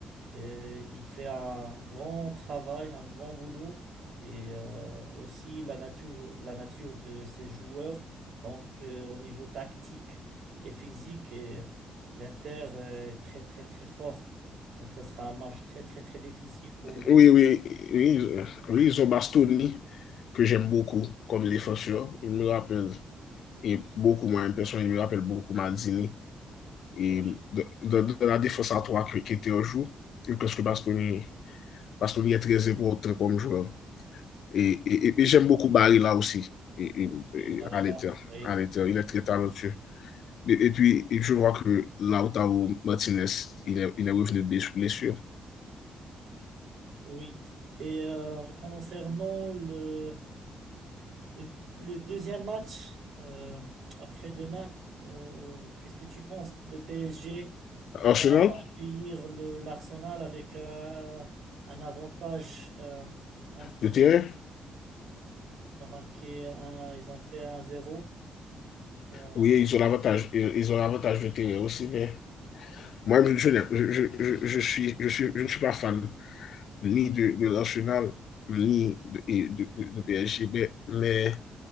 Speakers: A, on the right; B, on the left.
A: Euh, il fait un grand travail, un grand boulot et euh, aussi la nature, la nature de ses joueurs. Donc, euh, au niveau tactique et physique, et l'Inter euh, est très, très, très fort. Donc, ça sera un match très, très, très difficile pour le.
B: oui, oui, oui, ils ont Bastoni, que j'aime beaucoup comme défenseur. Il me rappelle et beaucoup moins une personne, il me rappelle beaucoup Maldini, et
A: Oui,
B: de, de, de la défense à trois qui, qui était au jour, je pense que Bastoni, Bastoni est très important comme joueur. Et, et, et, et j'aime beaucoup Barry là aussi, et et, et
A: oui, Barella,
B: à l'intérieur,
A: oui.
B: à l'intérieur, il est très talentueux. Et, et puis, et je vois que Lautaro Martinez, il est, il est revenu de blessure.
A: Oui. Et euh, concernant le, le, le deuxième match euh, après-demain, euh, qu'est-ce que tu penses? Le PSG va
B: Arsenal,
A: accueillir le, l'Arsenal avec euh, un avantage euh, un petit.
B: le terrain,
A: Ils ont marqué un, ils ont fait un zéro Euh,
B: oui, ils ont l'avantage, ils ont l'avantage de terrain aussi, mais moi, je, je, je, je, je, suis, je, suis, je ne suis pas fan ni de, de l'Arsenal, ni de, de, de PSG. Mais, mais,